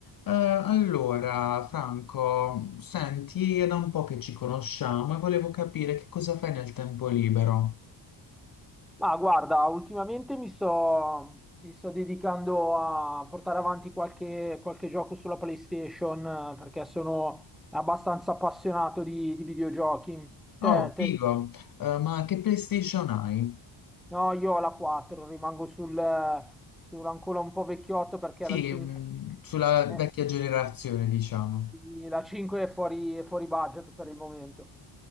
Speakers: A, on the left; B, in the centre.
A: Eh, allora, Franco, senti, è da un po' che ci conosciamo e volevo capire che cosa fai nel tempo libero.
B: Ma guarda, ultimamente mi sto, mi sto dedicando a portare avanti qualche, qualche gioco sulla PlayStation eh, perché sono abbastanza appassionato di, di videogiochi. Te,
A: Oh,
B: te-
A: figo, Eh, ma che PlayStation hai?
B: no, io ho la 4, rimango sul, sul ancora un po' vecchiotto perché
A: Sì,
B: la 5,
A: mm, sulla
B: eh,
A: vecchia generazione, diciamo.
B: sì, la 5 è fuori, è fuori budget per il momento.